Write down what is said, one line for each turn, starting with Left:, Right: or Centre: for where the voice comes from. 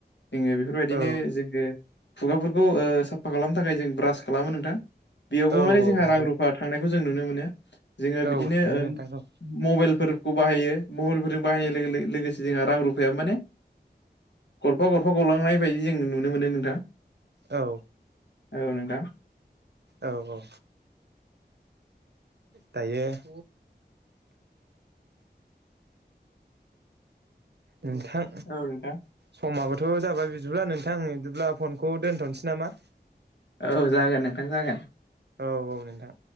Left: जोङो बेफोर बायदिनो
Right: औ
Left: जोङो खुगाफोरखौ साफा खालामनो थाखाय जों ब्रास खालामो नोंथां। बेयावबो
Right: औ
Left: माने
Right: औ
Left: जोंहा
Right: नंगौ
Left: रां रुफा थांनायखौ जों नुनो मोनो। जोङो
Right: औ
Left: बिदिनो
Right: थाङो नोंथां औ
Left: मबेलफोर खौ बाहायो मबेलफोरजों बाहायनाय लोगोसे जोंहा रां रुफाया माने। गरफा गरफा गलांनाय बायदि जों नुनो मोनो नोंथां।
Right: औ।
Left: औ नोंथां।
Right: औ औ। दायो <inaudible> नोंथां
Left: औ नोंथां
Right: समाबो थ' जाबाय बिदिब्ला नोंथां आं बिदिब्ला फनखौ दोन्थ'नोसै नामा?
Left: औ जागोन नोंथां जागोन।
Right: औ औ नोंथां।